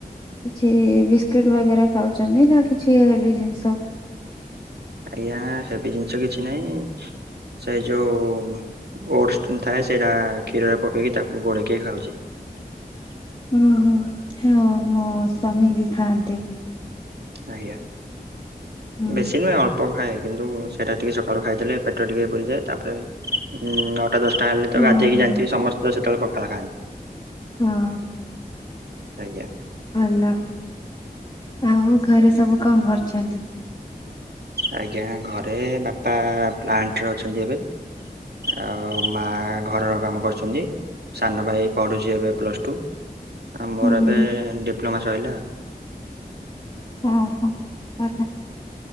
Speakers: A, on the left; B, on the right.
A: କିଛି ବିସ୍କୁଟ ବଗେରା ଖାଉଛନ୍ତି ନା କିଛି ହେବି ଜିନିଷ?
B: ଆଜ୍ଞା ହେବି ଜିନିଷ କିଛି ନାଇଁ ସେ ଯୋଉ ଓଟସ ଥାଏ ସେଇରା କ୍ଷୀରରେ ପକେଇକି ତାକୁ ଗୋଳେଇକି ଖାଉଛି।
A: ହୁଁ ହୁଁ ହଁ ମୋ ସ୍ଵାମୀ ବି ଖାଆନ୍ତି।
B: ଆଜ୍ଞା,
A: ହୁଁ।
B: ବେଶି ନୁହେ ଅଳ୍ପ ପ ଖାଏ କିନ୍ତୁ ସେଇଟା ଟିକେ ସକାଳୁ ଖାଇଦେଲେ ପେଟରେ ଟିକେ ପୁରିଯାଏ ତାପରେ ନଅଟା ଦଶ ଟା ହେଲେ
A: ହଁ
B: ତ ଗାଧେଇକି
A: ହଁ।
B: ଯାନ୍ଥିବେ ସମସ୍ତେ ସେତେବେଳେ ପଖାଳ ଖାନ୍ତି।
A: ହଁ।
B: ଆଜ୍ଞା।
A: ଭଲ ଆଉ ଘରେ ସବୁ କଁ କରୁଚନ୍ତି।
B: ଆଜ୍ଞା ଘରେ ବାପା ପ୍ଲାଣ୍ଟରେ ଅଛନ୍ତି ଏବେ। ଆଉ ମା ଘରର କାମ କରୁଛନ୍ତି। ସାନ ଭାଇ ପଢୁଚି ଏବେ ପ୍ଲସ ଟୁ ଆଉ ମୋରୋ
A: ହୁଁ
B: ଏବେ
A: ହୁଁ
B: ଡିପ୍ଲମା ସଇଲା।
A: <unintelligible> ଭଲ